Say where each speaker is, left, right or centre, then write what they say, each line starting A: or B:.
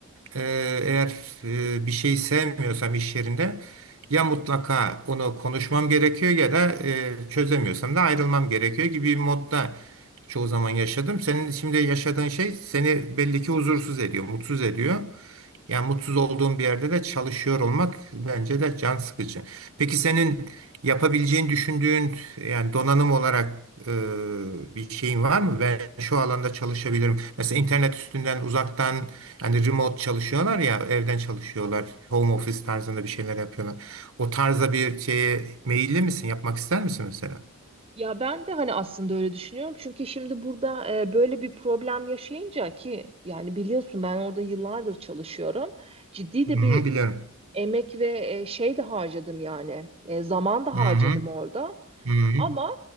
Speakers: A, on the right; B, on the right.
A: Ee, Eğer e, bir şeyi sevmiyorsam iş yerinde ya mutlaka onu konuşmam gerekiyor ya da e, çözemiyorsam da ayrılmam gerekiyor gibi bir modda çoğu zaman yaşadım. Senin şimdi yaşadığın şey seni belli ki huzursuz ediyor, mutsuz ediyor. Yani mutsuz olduğun bir yerde de çalışıyor olmak bence de can sıkıcı. Peki senin yapabileceğini düşündüğün yani donanım olarak e, bir şeyin var mı? Ben şu alanda çalışabilirim. Mesela internet üstünden uzaktan yani remote çalışıyorlar ya evden çalışıyorlar. Home office tarzında bir şeyler yapıyorlar. O tarza bir şeye meyilli misin? Yapmak ister misin mesela?
B: Ya ben de hani aslında öyle düşünüyorum. Çünkü şimdi burada e, böyle bir problem yaşayınca ki yani biliyorsun ben orada yıllardır çalışıyorum. Ciddi
A: Hı
B: de bir
A: hı, biliyorum.
B: emek ve e, şey de harcadım yani E, zaman da
A: Hı
B: harcadım
A: hı,
B: orada
A: hı hı,
B: ama